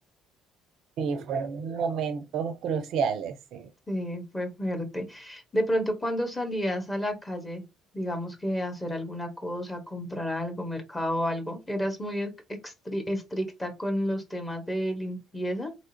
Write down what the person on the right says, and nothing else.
Sí, fueron momentos cruciales, sí.